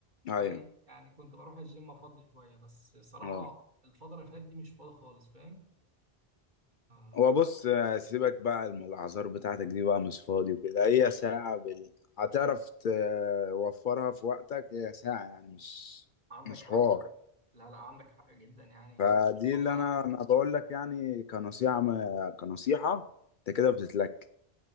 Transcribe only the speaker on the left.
ايوه
اه
هو بص آه، سيبك بقى من الاعذار بتاعتك دي بقى مش فاضي وكده هي ساعة بال... هتعرف توفرها في وقتك هي ساعة يعني مش
مش
حوار
فدي
اللي انا
انا بقول لك يعني كنصيحة ما... كنصيحة انت كده بتتلك